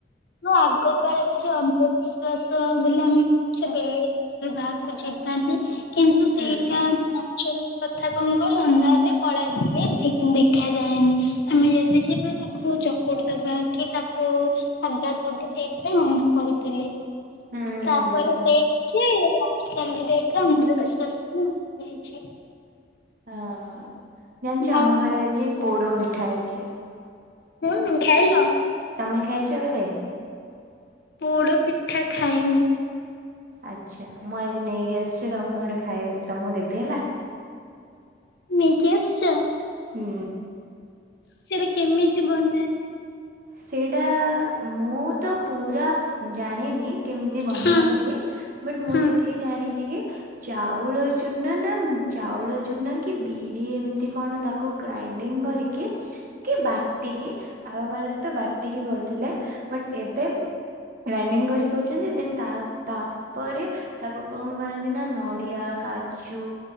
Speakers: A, on the left; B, on the right.
A: ନ ଆଗ କାଳରେ ଯୋଉ ଅନ୍ଧବିଶ୍ଵାସ ବୋଲି ଆମେ କହୁଛେ ବିଲେଇ କିଏ ବାହାକୁ ଯିବାନି କିନ୍ତୁ ସେଇଟା
B: ହୁଁ।
A: ହେଲା <inaudible> ର କଥା କ'ଣ କହିଲ ଅନ୍ଧାରରେ କଳା ବିଲେଇ ଦେଖ ଦେଖାଯାଏନି। ଆମେ ଯଦି ଯିବା ତାକୁ ଚକୁଟି ଦବା କି ତାକୁ <inaudible> ସେଇଥିପାଇଁ ମନା କରୁଥିଲେି,
B: ହୁଁ
A: ତାପରେ
B: ହୁଁ ହୁଁ ହୁଁ।
A: ସେ ଯେ ଆଜି କା ଡେଟରେ ଆମର ବିଶ୍ବାସ ହଉନି <inaudible>
B: ହଁ, ଜାଣିଛ
A: ହଉ
B: ଆମ ଘରେ ଆଜି ପୋଡ ପିଠା ହେଇଛି।
A: ହୁଁ, ଖାଇଲ?
B: ତମେ ଖାଇଛ କେବେ?
A: ପୋଡ଼ ପିଠା ଖାଇନି।
B: ଆଚ୍ଛା, ମୁଁ ଆଜି ନେଇକି ଆସିଛି ତମେ ଗୋଟେ ଖାଇ ତମକୁ ଦେବି ହେଲା।
A: ନେଇକି ଆସିଛ।
B: ହୁଁ।
A: ସେଇଟା କେମିତି ବନା
B: ସେଇଟା ମୁଁ ତ ପୁରା ଜାଣିନି। କେମିତି ବନାନ୍ତି
A: ହଁ
B: ବଟ୍ ମୁଁ
A: ହଁ
B: ଯେତିକି ଜାଣିଛି କି ଚାଉଳ ଚୁନା ନା ଚାଉଳ ଚୁନା କି ବିରି ଏମିତି କ'ଣ ତାକୁ ଗ୍ରାଇଣ୍ଡିଙ୍ଗ କରି କି କି ବାଟିକି ଆଗ କାଳରେ ତ ବାଟିକି କରୁଥିଲେ ବଟ ଏବେ ଗ୍ରାଇଣ୍ଡିଙ୍ଗ କରି କରୁଛନ୍ତି ଦେନ୍ ତା ତାପରେ ତାକୁ କ'ଣ କରନ୍ତି ନା ନଡିଆ, କାଜୁ